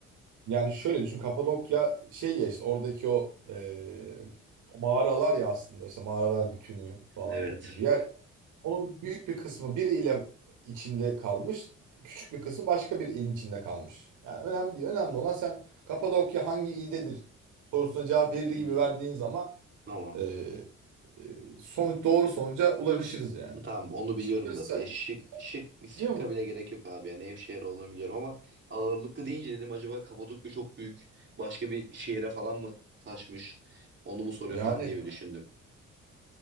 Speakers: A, on the right; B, on the right.
A: Yani şöyle düşün Kapadokya şey ya işte oradaki o eee, mağaralar ya aslında işte mağaralar bütünü falan
B: Evet.
A: gibi bir yer. Onun büyük bir kısmı bir ile içinde kalmış. Küçük bir kısmı başka bir ilin içinde kalmış. Yani önemli değil. Önemli olan sen Kapadokya hangi ildedir sorusuna cevap
B: <laughs>
A: verir gibi verdiğin zaman
B: Tamam.
A: eee eee, sonuç doğru sonuca ulaşırız yani.
B: Tamam onu biliyorum
A: Şıkları
B: zaten.
A: sayın.
B: E, Şık şık şıkka
A: Biliyor musun?
B: bile gerek yok abi. Yani Nevşehir olduğunu biliyorum ama ağırlıklı deyince dedim acaba Kapadokya çok büyük başka bir şehire falan mı taşmış? Onu mu soruyor
A: Yani
B: falan diye bir düşündüm.